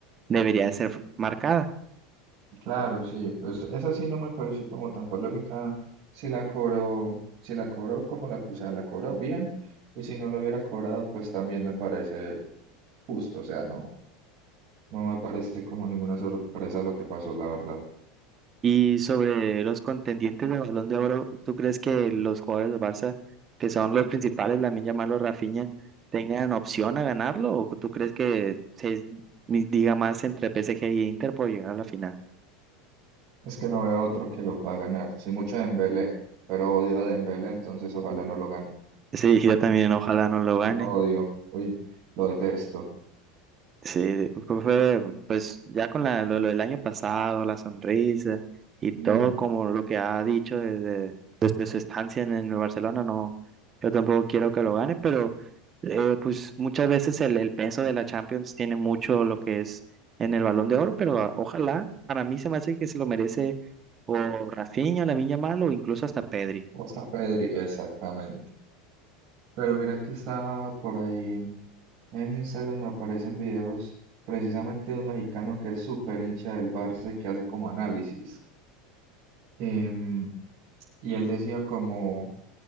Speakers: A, on the right (about 30°); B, on the right (about 45°).
A: debería de ser marcada.
B: claro, sí, pues esa sí no me pareció como tan polémica. Si la cobró, si la cobró como la acusada, la cobró bien, y si no lo hubiera cobrado, pues también me parece justo, o sea, no, no me parece como ninguna sorpresa lo que pasó, la verdad.
A: Y sobre los contendientes del Balón de Oro, ¿tú crees que los jugadores del Barça, que son los principales, Lamine Yamal o Rafinha, tengan opción a ganarlo? ¿O tú crees que se diga más entre PSG y Inter por llegar a la final?
B: Es que no veo otro que lo pueda ganar. Sí, mucho de Dembélé, pero odio a Dembélé, entonces ojalá no lo gane.
A: Sí, yo también, ojalá no lo gane.
B: Lo odio, uy, lo detesto.
A: Sí, fue, fue, pues ya con la, lo, lo del año pasado, la sonrisa y todo
B: Ah,
A: como lo que ha dicho de, de, de su estancia en en el Barcelona, no, yo tampoco quiero que lo gane, pero eh, pues muchas veces el, el peso de la Champions tiene mucho lo que es en el Balón de Oro, pero a- ojalá, para mí se me hace que se lo merece o Rafinha, Lamine Yamal o incluso hasta Pedri.
B: o está Pedri, exactamente. Pero mira que estaba por ahí en Instagram, me aparecen videos precisamente de un mexicano que es súper hincha del Barça y que hace como análisis. Em, y él decía como...